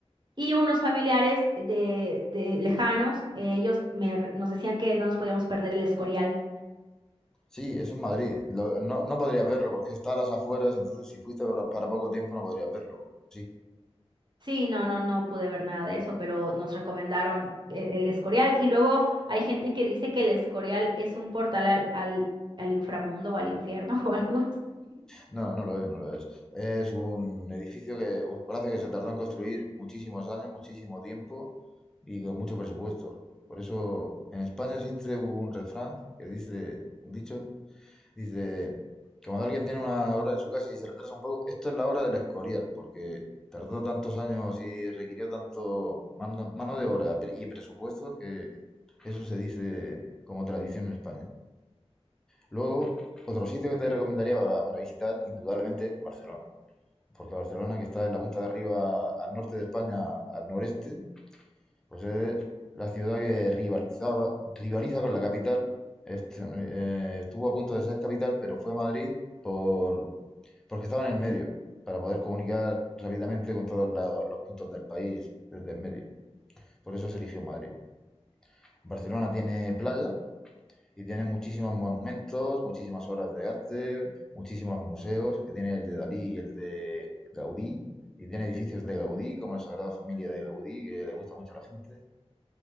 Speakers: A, on the right (about 45°); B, in the centre.
A: Y unos familiares de, de lejanos, eh, ellos me r- nos decían que no nos podíamos perder el Escorial.
B: Sí, eso es Madrid. Lo- no, no podrías verlo porque está a las afueras, entonces si fuiste para para poco tiempo no podrías verlo. Sí.
A: Sí, no, no, no pude ver nada de eso, pero nos recomendaron e- el, Escorial. Y luego hay gente que dice que el Escorial es un portal al, al, al inframundo o al infierno <laughs> o algo así.
B: No, no lo es, no lo es. Es un edificio que, un palacio que se tardó en construir muchísimos años, muchísimo tiempo y con mucho presupuesto. Por eso en España existe un refrán que dice, un dicho, dice que cuando alguien tiene una obra en su casa y se retrasa un poco, esto es la obra del Escorial, porque tardó tantos años y requirió tanto mano, mano de obra y presupuesto que eso se dice como tradición en España. Luego, otro sitio que te recomendaría para, para visitar, indudablemente, Barcelona. Porque Barcelona, que está en la punta de arriba al norte de España, al noreste, pues es la ciudad que rivalizaba, rivaliza con la capital. Est- eh, estuvo a punto de ser capital, pero fue Madrid por, porque estaba en el medio, para poder comunicar rápidamente con todos la- los puntos del país desde el medio. Por eso se eligió Madrid. Barcelona tiene playa, y tiene muchísimos monumentos, muchísimas obras de arte, muchísimos museos, que tiene el de Dalí y el de Gaudí, y tiene edificios de Gaudí, como la Sagrada Familia de Gaudí, que le gusta mucho a la gente,